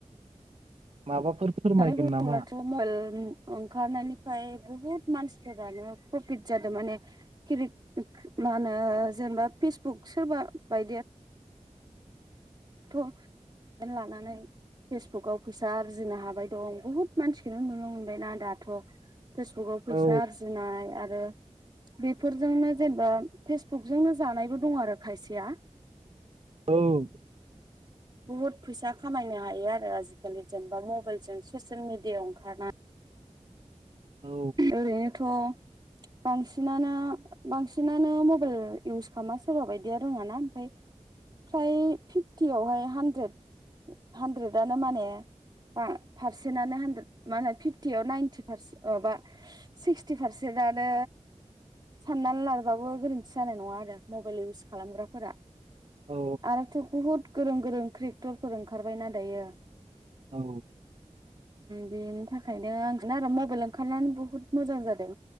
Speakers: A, on the right; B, on the right.
A: माबाफोर फोरमायगोन
B: होननानै बुोब्लाथ'
A: नामा
B: मबाइल ओंखारनायनिफ्राय बुहुद मानसिफोरानो प्रफिट जादों माने के मा होनो जेनेबा फेसबुक सोरबा बायदि आरो दाथ' लानानै फेसबुकाव फैसा आरजिनो हाबाय दं बहुद मानसिखौनो नुनो मोनबायना दाथ' फेसबुकाव
A: औ
B: फैसा आरजिनाय आरो आरो बेफोरजोंनो जेनेबा फेसबुकजोंनो जानायबो दं आरो खायसेया
A: औ
B: बुहुद फैसा खामायनो हायो आरो आजिखालि जेनेबा मबाइलजों ससियेल मिडियाायाव ओंखारनानै
A: औ
B: ओरैनोथ' बांसिनानो बांसिनानो मबाइल इउस खालामा सोरबा बायदिया रोङाना ओमफ्राय फ्राय फिपटि आवहाय हानद्रेद हानद्रेदआनो माने पारसेन्टआनो हानद्रेद मा होनो फिफ्टियाव नाइनटि फारसे माबा सिक्सटि पारसेन्टानो साननानै लाबाबो गोरोन्थि जानाय नङा आरो मबाइल इउस खालामग्राफोरा
A: औ
B: आरोथ' बहुद गोरों गोरों क्रिएटरफोर ओंखारबायना दायो
A: औ
B: बेनि थाखायनो आं दाना आरो मबाइल ओंखारनानै बुहुत मोजां जादों